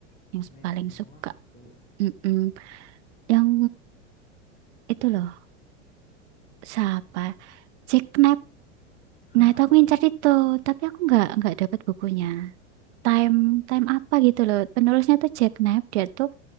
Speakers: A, on the right; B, on the left.
A: yang
B: manajemen
A: paling suka.
B: waktu.
A: Mm-mm. Yang itu loh siapa? Jack Knapp.
B: Hah,
A: Nah itu
B: apa
A: aku ngincar
B: tuh?
A: itu, tapi aku nggak nggak dapat bukunya. Time time apa gitu loh. Penulisnya tuh Jack Knapp. Dia tuh